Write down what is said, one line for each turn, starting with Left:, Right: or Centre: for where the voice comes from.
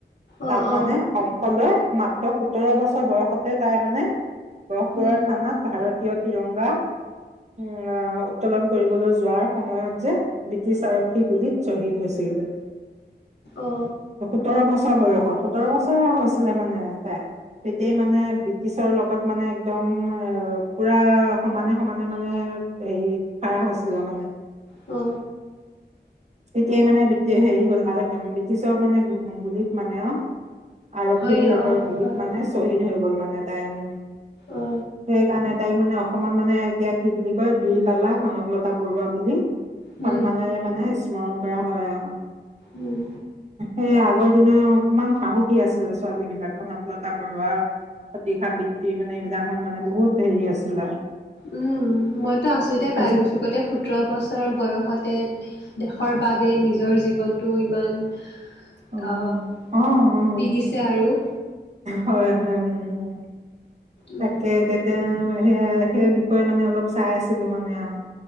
Left: অ
Right: তাত মানে
Left: অ
Right: অংশ লৈ মাত্ৰ সোতৰ বছৰ বয়সতে তাই মানে গহপুৰৰ
Left: উম
Right: থানাত ভাৰতীয় তিৰংগা, উ উত্তোলন কৰিবলৈ যোৱাৰ সময়ত যে ব্ৰিটিছ আৰক্ষী গুলীত শ্বহীদ হৈছিলে।
Left: অ
Right: সোতৰ বছৰ বয়সত, সোতৰ বছৰ হৈছিলে মানে তাই তেতিয়া মানে ব্ৰিটিছৰ লগত মানে একদম পুৰা সমানে সমানে মানে হেৰি খাৰা হৈছিলে মানে-
Left: অ।
Right: তেতিয়াই মানে হেৰি হ'ল আৰু ব্ৰিটিছৰ মানে গু গুলিত মানে অ- আৰক্ষী
Left: হয়
Right: বিলাকৰ
Left: অ
Right: গুলীত
Left: হয়
Right: মানে শ্বহীদ হৈ গ'ল মানে- তাই উম,
Left: অ
Right: সেইকাৰণে তাইক মানে অসমত মানে এতিয়া কি বুলি কয় বীৰবালা কনকলতা বৰুৱা বুলি-
Left: উম
Right: সন্মানেৰে মানে- স্মৰণ কৰা হয় আৰু,
Left: উম
Right: সেই আগৰ দিনৰ কিমান সাহসী আছিলে ছোৱালী বিলাক কনকলতা বৰুৱা, প্ৰতিশা বৃত্তি মানে এইবিলাকখন মানে বহুত হেৰি আছিলে।
Left: উম মইতো আচৰিতেই পাই
Right: আজি
Left: গৈছোঁ গোটেই সোতৰ বছৰ বয়সতে- দেশৰ বাবে নিজৰ জীৱনটো ইমান- আহ,
Right: অ অ অ
Left: দি দিছে আৰু-
Right: হয় হয়, উম,
Left: উম
Right: তাকে এতিয়া তেওঁ সে সেই বিষয়ে মানে অলপ চাই আছিলো মানে আৰু-